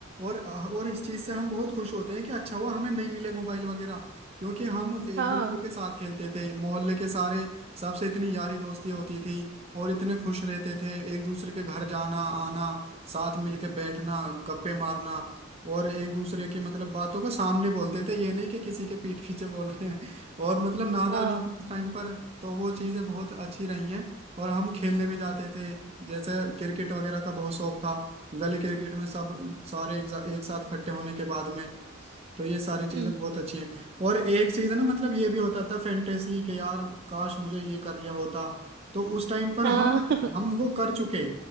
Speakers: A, on the right (about 30°); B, on the right (about 55°).
A: और और इस चीज से हम बहुत खुश होते हैं कि अच्छा हुआ हमें नहीं मिले मोबाइल वगैरह क्योंकि हम एक
B: हाँ
A: दूसरे के साथ खेलते थे मोहल्ले के सारे सबसे इतनी यारी दोस्ती होती थी और इतने खुश रहते थे एक दूसरे के घर जाना आना साथ मिलके बैठना गप्पे मारना और एक दूसरे की मतलब बातों को सामने बोलते थे ये नहीं कि किसी के पीठ पीछे बोल रहे हैं और मतलब नादानी
B: हाँ
A: थी उस टाइम पर तो वो चीज़ें बहुत अच्छी रही हैं और हम खेलने भी जाते थे जैसे क्रिकेट वगैरह का बहुत शौक था गली क्रिकेट में सब सारे एक, जा- एक साथ इकट्ठे होने के बाद में तो ये सारी चीजें
B: हम्म
A: बहुत अच्छी हैं और एक चीज है ना मतलब ये भी होता था फैंटेसी के यार काश मुझे ये कर लिया होता तो उस टाइम पर
B: हाँ
A: हम
B: <laughs>
A: हम वो कर चुके